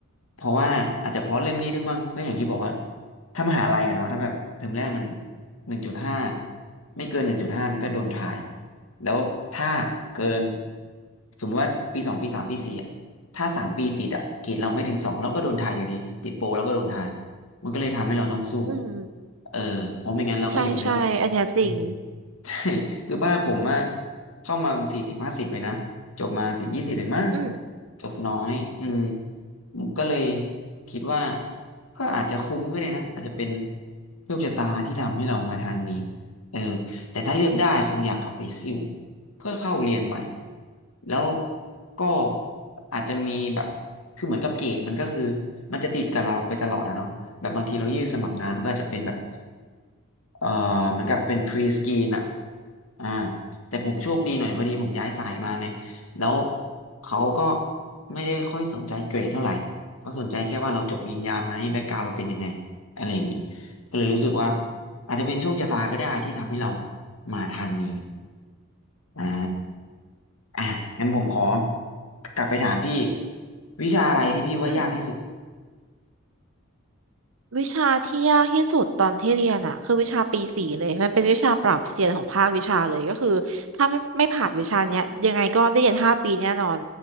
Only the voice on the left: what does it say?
เพราะว่าอาจจะเพราะเรื่องนี้ด้วยมั้งก็อย่างที่บอกว่าถ้ามหาลัยอะเนาะ ถ้าแบบเทอมแรกมันหนึ่งจุดห้าไม่เกินหนึ่งจุดห้ามันก็โดนทายแล้วถ้าเกินสมมติว่าปีสองปีสามปีสี่ ถ้าสามปีติดอะเกรดเราไม่ถึงสองเราก็โดนทายอยู่ดีติดโปรเราก็โดนทายมันก็เลยทำให้เราต้องสู้
เออเพราะไม่งั้นเราก็อยู่ไม่รอด
อืม ใช่ <laughs> คือป้าผมอะเข้ามาสี่สิบห้าสิบเลยนะจบมาสิบยี่สิบเลยมั้ง
จบน้อยอืมก็เลยคิดว่าก็อาจจะคุ้มก็ได้นะอาจจะเป็นโชคชะตาที่ทำให้เรามาทางนี้เออแต่ถ้าเลือกได้คงอยากกลับไปซิ่วก็เข้าเรียนใหม่แล้วก็อาจจะมีแบบคือเหมือนกับเกรดมันก็คือมันจะติดกับเราไปตลอดอะเนาะแบบบางทีเรายื่นสมัครงานมันก็อาจจะเป็นแบบ เอ่อเหมือนกับเป็น pre screen อ่ะอ่าแต่ผมโชคดีหน่อยพอดีผมย้ายสายมาไงแล้วเขาก็ไม่ได้ค่อยสนใจเกรดเท่าไหร่เขาสนใจแค่ว่าเราจบปริญญาไหมแบ็กกราวเราเป็นยังไงอะไรอย่างนี้ก็เลยรู้สึกว่าอาจจะเป็นโชคชะตาก็ได้ที่ทำให้เรามาทางนี้อ่าอ่ะงั้นผมขอกลับไปถามพี่วิชาอะไรที่พี่ว่ายากที่สุด